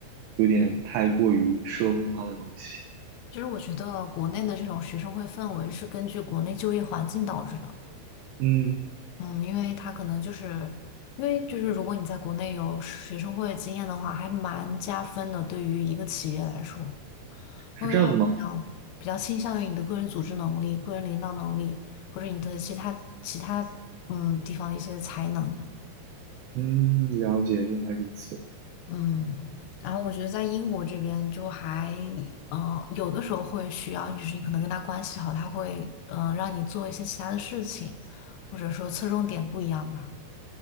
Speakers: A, on the right; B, on the left.
A: 有点太过于社会化的东西。
B: 其实我觉得国内的这种学生会氛围是根据国内就业环境导致的。
A: 嗯，
B: 嗯，因为他可能就是因为就是如果你在国内有学生会经验的话，还蛮加分的，对于一个企业来说，
A: 是这样子吗？
B: 因为会比较比较倾向于你的个人组织能力、个人领导能力，或者你的其他其他嗯地方的一些才能。
A: 嗯，了解，原来如此。
B: 嗯，然后我觉得在英国这边就还，嗯、有的时候会需要，就是你可能跟他关系好，他会，嗯、让你做一些其他的事情，或者说侧重点不一样吧。